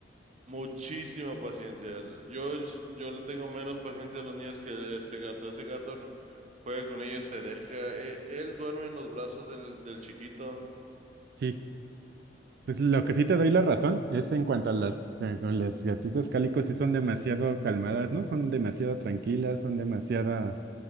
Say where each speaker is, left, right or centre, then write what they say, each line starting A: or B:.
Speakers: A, on the right; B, on the right.
A: Muchísima paciencia. Yo, yo le tengo menos paciencia a los niños que ese gato. Ese gato juega con ellos, se deja. Él, él duerme en los brazos del, del chiquito.
B: Sí. Pues lo que sí te doy la razón es en cuanto a las, eh, con las gatitas cálicos, sí son demasiado calmadas, ¿no? Son demasiado tranquilas, son demasiada